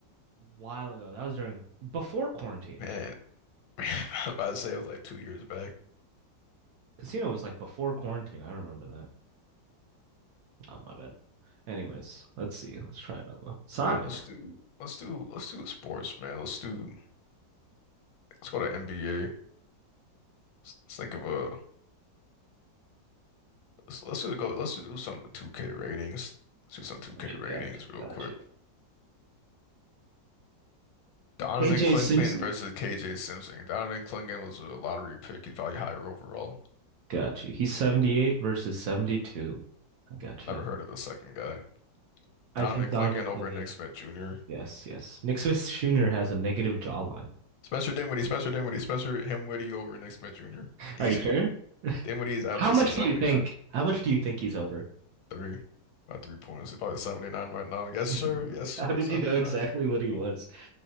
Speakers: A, on the right; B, on the left.
A: While ago. That was during before quarantine.
B: Man. <laughs> I was about to say it was like two years back.
A: Casino was like before quarantine. I remember that. Oh, my bad. Anyways, let's see. Let's try another one. Sonic.
B: Man, let's do let's do let's do sports, man. Let's do let's go to NBA. Let's, let's think of a let's let's just go let's just do some 2K ratings. Let's do some 2K
A: Got you,
B: ratings
A: got you,
B: real
A: got
B: quick.
A: you.
B: Donovan
A: KJ
B: Clinton
A: Simpson?
B: versus KJ Simpson. Donovan Clinton was a lottery pick. He's probably higher overall.
A: Got you. He's 78 versus 72. I got
B: Never
A: you.
B: heard of the second guy.
A: I
B: Donovan
A: think Donovan
B: Clinton
A: Clingan.
B: over Nick Smith Jr.
A: Yes, yes. Nick Smith Jr. has a negative jawline.
B: Spencer Dinwiddie, Spencer Dinwiddie, Spencer Dinwiddie over Nick Smith Jr. Easy.
A: Are you sure?
B: Dinwiddie is at
A: How
B: least
A: much
B: a 79.
A: do you think? How much do you think he's over?
B: Three. My three points. He's probably 79 right now. Yes,
A: <laughs>
B: sir. Yes, sir.
A: How did
B: 79.
A: you know exactly what he was
B: Then